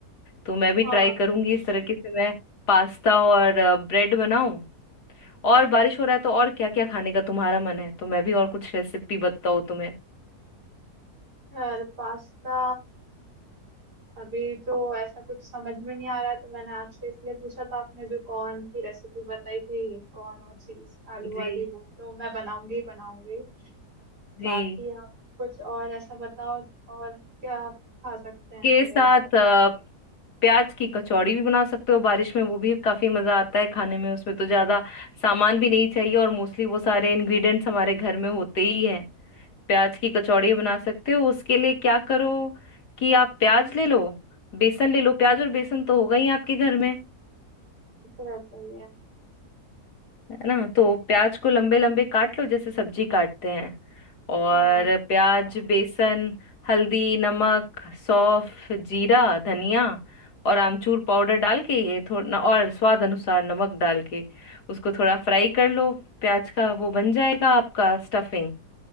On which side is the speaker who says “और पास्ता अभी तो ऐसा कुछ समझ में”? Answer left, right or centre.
Right